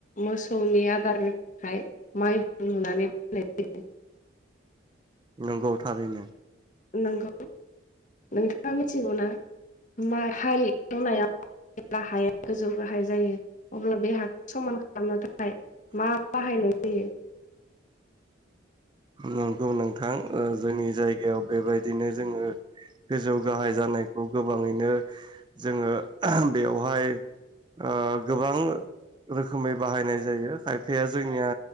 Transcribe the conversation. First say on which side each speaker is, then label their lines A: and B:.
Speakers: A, on the left; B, on the right.
A: मोसौनि आदारनि थाखाय माइहुं लुनानै दोननाय जायो।
B: नंगौ थारैनो।
A: नंगौ नोंथाङा मिथिगौना? मा हाल एवनायाव जेब्ला हाया गोजौ गाहाय जायो अब्ला बे हाखौ समान खालामनो थाखाय मा बाहायनाय जायो?
B: नंगौ नोंथां। ओ जोंनि जायगायाव बेबायदिनो जोङो गोजौ गाहाय जानायखौ गोबाङैनो जोङो बेवहाय ओ गोबां रोखोमै बाहायनाय जायो। खायफाया जोंनिया